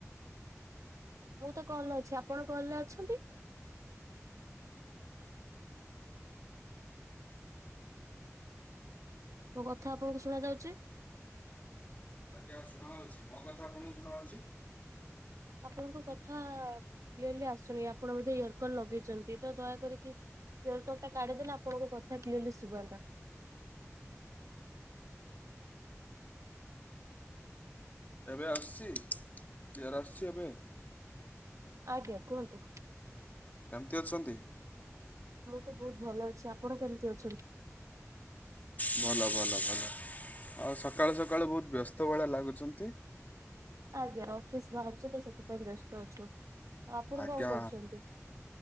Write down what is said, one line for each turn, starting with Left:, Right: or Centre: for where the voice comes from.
Right: ମୁଁ ତ କଲ୍ ର ଅଛି, ଆପଣ କଲ୍ ରେ ଅଛନ୍ତି? ମୋ କଥା ଆପଣଙ୍କୁ ଶୁଣ ଯାଉଛି?
Left: ଆଜ୍ଞା ଶୁଣାହଉଛି, ମୋ କଥା ଆପଣଙ୍କୁ ଶୁଣାଉଛି!
Right: ଆପଣଙ୍କ କଥା ଆ-କ୍ୟରଲି ଆସୁନି। ଆପଣ ବୋଧେ ଇୟର କଲ ଲଗେଇଛନ୍ତି, ତ ଦୟାକରିକି ଇୟର କୋର୍ଡ ଟା କାଢିଦେନେ ଆପଣଙ୍କ କଥା କ୍ଲିୟରଲି ଶୁଭନ୍ତା।
Left: ଏବେ ଆସିଛି? କ୍ଲିୟର ଆସୁଚି ଏବେ?
Right: ଆଜ୍ଞା, କୁହନ୍ତୁ।
Left: କେମିତି ଅଛନ୍ତି?
Right: ମୁଁ ତ ବହୁତ ଭଲ ଅଛି, ଆପଣ କେମିତି ଅଛନ୍ତି?
Left: ଭଲ ଭଲ ଭଲ ଆଉ ସକାଳୁ ସକାଳୁ ବହୁତ ବ୍ୟସ୍ତ ଭଳିଆ ଲାଗୁଛନ୍ତି?
Right: ଆଜ୍ଞା ଅଫିସ୍ ବାହାରୁଛୁ, ତ ସେଥିପାଇଁ ବ୍ୟସ୍ତ ଅଛୁ। ଆପଣ
Left: ଆଜ୍ଞା,
Right: କଣ କରୁଛନ୍ତି?